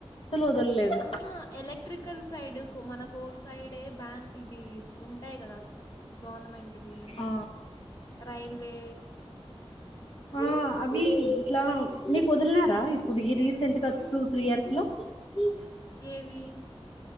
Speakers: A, on the left; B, on the left.
A: వదలలేదు
B: ఆహా ఎలక్ట్రికల్ సైడ్ మన కోర్ సైడే బ్యాంక్ ఇది ఉంటాయి కదా గవర్నమెంట్ వీ
A: ఆ
B: రైల్వే
A: అ అవి ఇట్లా మీకు వదిలినారా ఇప్పుడు ఈ రీసెంట్ గా టూ త్రీ ఇయర్స్ లో ఇ
B: ఏవి